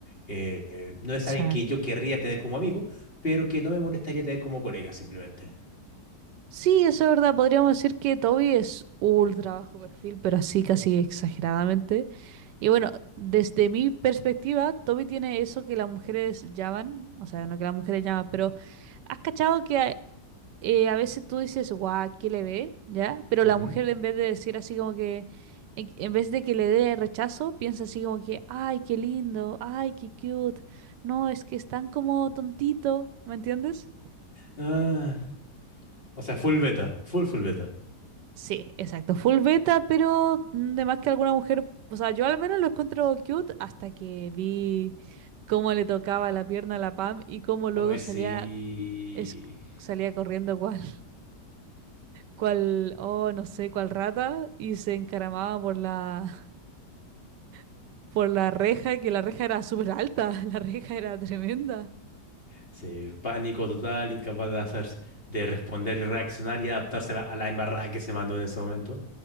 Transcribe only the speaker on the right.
Sí.
Sí, eso es verdad. Podríamos decir que Toby es ultra bajo perfil, pero así casi exageradamente. Y bueno, desde mi perspectiva, Toby tiene eso que las mujeres llaman, o sea, no que las mujeres llaman, pero ¿has cachado que hay- eh, a veces tú dices, guau, ¿qué le ve? ¿Ya? Pero
la mujer en vez de decir así como que, en, en vez de que le dé rechazo, piensa así como que, ay, qué lindo, ay, qué cute. No, es que es tan como tontito, ¿me entiendes?
Sí, exacto, full beta, pero mm, de más que alguna mujer, o sea, yo al menos lo encuentro cute hasta que vi cómo le tocaba la pierna a la Pam y cómo luego
salía,
es- salía corriendo igual. cual, oh, no sé, cual rata, y se encaramaba por la, <laughs> por la reja, que la reja era súper alta, <laughs> la reja era tremenda.